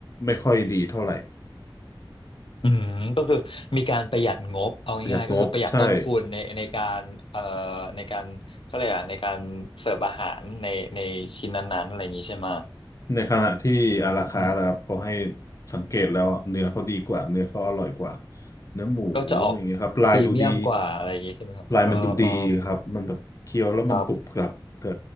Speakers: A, on the left (about 40°); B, on the left (about 85°).
A: ไม่ค่อยดีเท่าไหร่
B: อืมก็คือมีการประหยัดงบเอาง่ายๆก็คือประหยัดต้นทุนในในการเอ่อ
A: ประหยัดงบใช่
B: ในการเขาเรียกอะไรในการเสิร์ฟอาหารในในชิ้นนั้นๆอะไรอย่างนี้ใช่ไหม
A: ในขณะที่อาราคานะครับเขาให้
B: อืม
A: สังเกตแล้วอะเนื้อเขาดีกว่าเนื้อเขาอร่อยกว่าเนื้อหมูอย่างเงี้ยครับลายดูดี
B: ก็จะออกพรีเมียมกว่าอะไรอย่างนี้ใช่ไหมครับเออเออ
A: ลายมันดูดีครับมันแบบเคี้ยวแล้วมันกรุบกรับแต่
B: ครับ